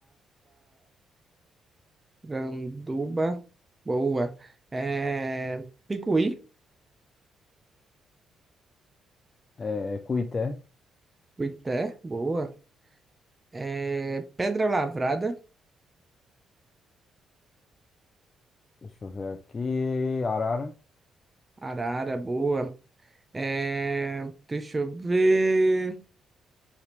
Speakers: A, on the right; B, on the left.
A: Massaranduba, boa. É, Picuí.
B: é, é Cuité,
A: Boité, boa. É, Pedra Lavrada,
B: deixa eu ver aqui. Arara,
A: Arara, boa. É, deixa eu ver.